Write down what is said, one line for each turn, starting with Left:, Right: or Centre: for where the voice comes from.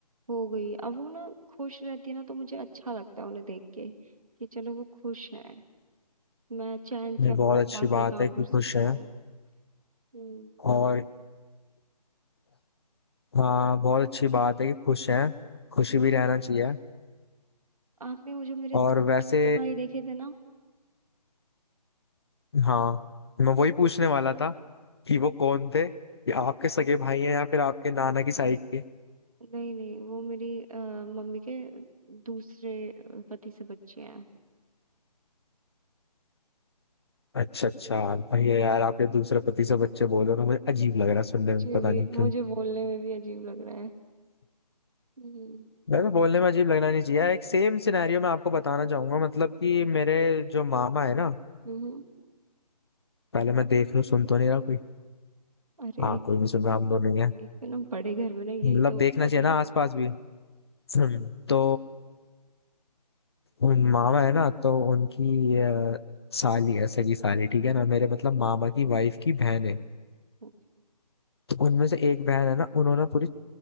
Right: हो गई अब वो ना खुश रहती है ना तो मुझे अच्छा लगता है उन्हें देख के कि चलो वो खुश है मैं चैन से
Left: ये
Right: अपना
Left: बहुत अच्छी
Right: बाकी
Left: बात
Right: काम
Left: है कि
Right: कर सकता
Left: खुश हैं
Right: हूँ हम्म
Left: और हाँ बहुत अच्छी बात है कि खुश हैं खुशी भी रहना चाहिए
Right: आपने वो जो मेरे
Left: और
Right: दो
Left: वैसे
Right: छोटे भाई देखे थे ना
Left: हाँ मैं वही पूछने वाला था कि वो कौन थे कि आपके सगे भाई हैं या फिर आपके नाना की साइड के
Right: नहीं नहीं वो मेरी अ, मम्मी के दूसरे अ, पति से बच्चे हैं
Left: अच्छा अच्छा भैया यार आपके दूसरे पति से बच्चे बोल रहे हो ना, मुझे अजीब लग रहा है सुनने
Right: मुझे
Left: में पता
Right: भी
Left: नहीं क्यों
Right: मुझे बोलने में भी अजीब लग रहा है हम्म
Left: वैसे बोलने में अजीब लगना नहीं चाहिए एक सेम सिनेरियो मैं आपको बताना चाहूंगा मतलब कि मेरे जो मामा है ना
Right: हम्म
Left: पहले मैं देख लूं सुन तो नहीं रहा कोई
Right: अरे
Left: हाँ कोई नहीं सुन रहा हम दोनों ही हैं
Right: एक तो ना बड़े घर में ना यही
Left: मतलब
Right: तो
Left: देखना
Right: होता है
Left: चाहिए
Right: फिर
Left: ना आसपास भी हम्म। तो उन मामा है ना तो उनकी अ, साली है सगी साली ठीक है ना मेरे मतलब मामा की वाइफ की बहन है
Right: फिर
Left: तो उनमें से एक बहन है ना उन्होंने पूरी